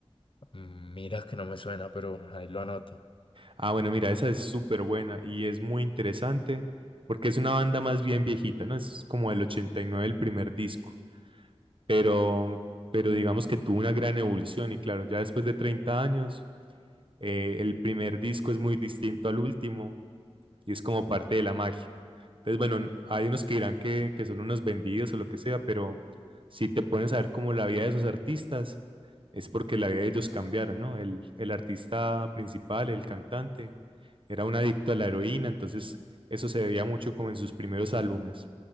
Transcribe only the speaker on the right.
Ah, bueno, mira, esa es súper buena y es muy interesante porque es una banda más bien viejita, ¿no? Es como el 89 el primer disco, pero, pero digamos que tuvo una gran evolución y claro, ya después de 30 años eh, el primer disco es muy distinto al último y es como parte de la magia. Entonces, bueno, hay unos que dirán que, que son unos vendidos o lo que sea, pero si te pones a ver como la vida de esos artistas, es porque la vida de ellos cambiaron, ¿no? El, el artista principal, el cantante, era un adicto a la heroína, entonces eso se veía mucho como en sus primeros álbumes.